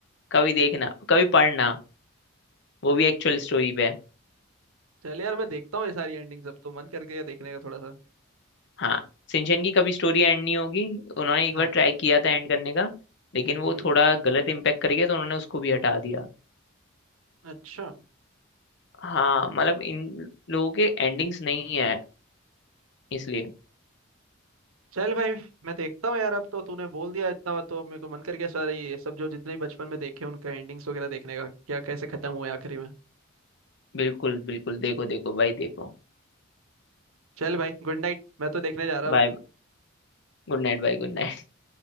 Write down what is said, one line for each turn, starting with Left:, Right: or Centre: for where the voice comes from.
Left: कभी देखना कभी पढ़ना वो भी एक्चुअल स्टोरी पे है
Right: चल यार मैं देखता हूँ ये सारी एंडिंग्स अब तो मन कर गया देखने का थोड़ा सा
Left: हाँ शिनचैन की कभी स्टोरी एंड नहीं होगी उन्होंने एक
Right: हाँ
Left: बार ट्राई किया था एंड करने का लेकिन वो
Right: हम्म
Left: थोड़ा गलत इम्पैक्ट कर गया तो उन्होंने उसको भी हटा दिया
Right: अच्छा
Left: हाँ मतलब इन लोगों के एंडिंग्स नहीं है इसलिए
Right: चल भाई मैं देखता हूँ यार अब तो तूने बोल दिया इतना तो अब मेरे को मन कर गया सारे ये सब जो जितने भी बचपन में देखे उनका एंडिंग्स वगैरह देखने का क्या कैसे खत्म हुए आखिरी में
Left: बिल्कुल बिल्कुल देखो देखो भाई देखो
Right: चल भाई गुड नाइट मैं तो देखने जा रहा
Left: बाय गुड नाइट भाई गुड नाइट